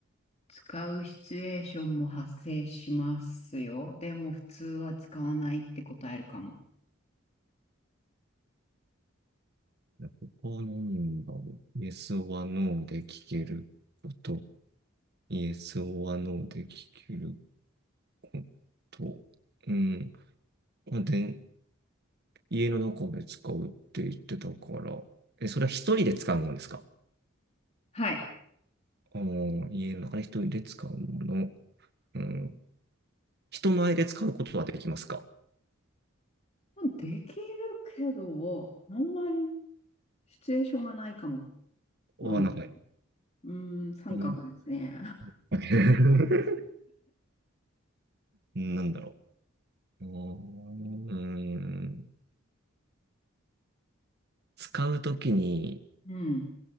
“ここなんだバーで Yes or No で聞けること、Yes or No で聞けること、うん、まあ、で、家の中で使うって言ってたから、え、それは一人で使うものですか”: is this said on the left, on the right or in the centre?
Right